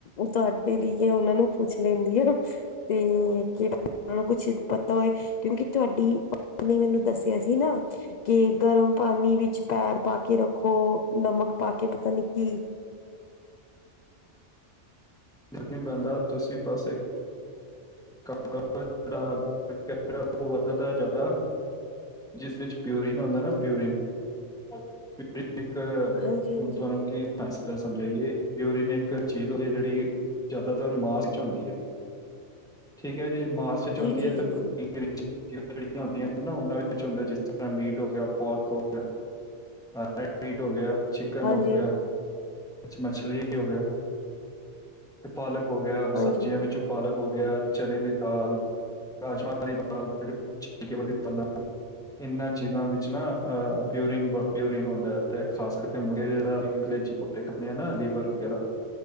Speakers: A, on the left (about 60°); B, in the centre.
A: ਉਤਾਰ ਦੇ ਲਈ ਕਿ ਉਹਨਾਂ ਨੂੰ। ਪੁੱਛ ਲੈਂਦੀ ਏ, ਤੇ ਕਿਹੜਾ, ਨੂੰ ਕੁਛ ਪਤਾ ਹੋਏ, ਕਿਉਂਕਿ ਤੁਹਾਡੀ ਮੰਮੀ ਨੇ ਮੈਨੂੰ ਦੱਸਿਆ ਸੀ ਨਾ, ਕਿ ਗਰਮ ਪਾਣੀ ਵਿੱਚ ਪੈਰ ਪਾ ਕੇ ਰੱਖੋ, ਨਮਕ ਪਾ ਕੇ ਪਤਾ ਨੀ ਕੀ।
B: ਦੇਖਣੀ ਪੈਂਦਾ, ਤੁਸੀਂ ਪਾਸੇ ਕੰਮ ਕੰਮ ਦਾ ਜੇੜਾ ਉਹ ਵੱਧਦਾ ਜ਼ਿਆਦਾ ਜਿਸ ਵਿੱਚ ਪਿਓਰੀਨ ਹੁੰਦਾ ਪਿਓਰੀਨ, ਪਿਓਰੀਨ ਇੱਕ,
A: ਹਾਂਜੀ-ਹਾਂਜੀ-ਹਾਂਜੀ
B: ਹੁਣ ਤੁਹਾਨੂੰ ਕਿ ਸਾਇੰਸ ਦਾ ਸਮਝਾਈਏ। ਪਿਓਰੀਨ ਇੱਕ ਚੀਜ਼ ਹੁੰਦੀ ਜਿਹੜੀ ਜ਼ਿਆਦਾਤਰ ਮਾਸ ਵਿੱਚ ਹੁੰਦੀ ਹੈ, ਠੀਕ ਹੈ ਜੀ, ਮਾਰਸ ਵਿੱਚ
A: ਜੀ-ਜੀ-ਜੀ-ਜੀ
B: ਹੁੰਦੀ
A: ਹਾਂਜੀ ਜੀ ਜੀ
B: ਹੈ ਤੇ
A: ਜੀ ਜੀ
B: ਵਿੱਚ ਜਿਹੜੀਆਂ ਹੁੰਦੀਆਂ ਨਾ ਉਹਨਾਂ ਵਿੱਚ ਹੁੰਦਾ ਜਿਸ ਤਰ੍ਹਾਂ ਮੀਟ ਹੋ ਗਿਆ, ਪੋਰਕ ਹੋ ਗਿਆ। ਹਰ ਨਾਈਟ ਮੀਟ ਹੋ ਗਿਆ। ਚਿਕਨ
A: ਹਾਂਜੀ
B: ਹੋ ਗਿਆ,
A: ਹਾਂ
B: ਕੁਛ ਮਛਲੀ ਹੋ ਗਿਆ। ਤੇ ਪਾਲਕ ਹੋ ਗਿਆ,
A: ਹਾਂਜੀ-ਹਾਂਜੀ-ਹਾਂਜੀ-ਹਾਂਜੀ
B: ਸਬਜ਼ੀਆਂ ਵਿੱਚੋਂ ਪਾਲਕ ਹੋ ਗਿਆ। ਚਣੇ ਦੀ ਦਾਲ, ਰਾਜਮਾਂਹ ਵਾਲੀ ਦਾਲ ਛਿਲਕੇ ਵਾਲੀ ਦਾਲ ਇਹਨਾਂ ਚੀਜ਼ਾਂ ਵਿੱਚ ਨਾ ਅ ਪਿਓਰੀਨ ਪਿਉਰੀਨ ਹੰਦਾ, ਤੇ ਖਾਸ ਕਰਕੇ ਮ ਜਿਹੜੇ ਚਿਕਨ ਖਾਂਦੇ ਨਾ, ਲੀਵਰ ਵੈਰਾ